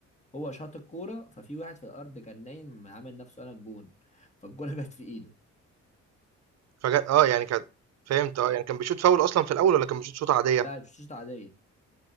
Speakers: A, on the left; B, on the right.
A: هو شاط الكوره ففي واحد في الارض كان نايم عامل نفسه انا الجون فالكوره جت في ايده
B: فجأة اه يعني كان فهمت اه يعني كان بيشوط فاول اصلا في الاول ولا كان بيشوط شوطه عاديه
A: لا مش شوط عاديه